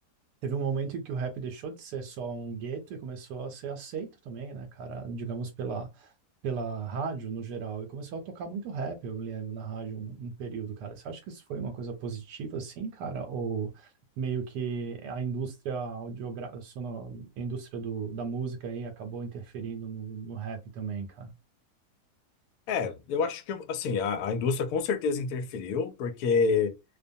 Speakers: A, on the right; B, on the left.
A: Teve um momento em que o rap deixou de ser só um gueto e começou a ser aceito também, né, cara? Digamos pela, pela rádio no geral. E começou a tocar muito rap, eu me lembro, na rádio um, um período, cara. Você acha que isso foi uma coisa positiva, assim, cara? Ou meio que a indústria audiogra... a indústria do, da música aí acabou interferindo no, no rap também, cara?
B: É, eu acho que, assim, a, a indústria com certeza interferiu, porque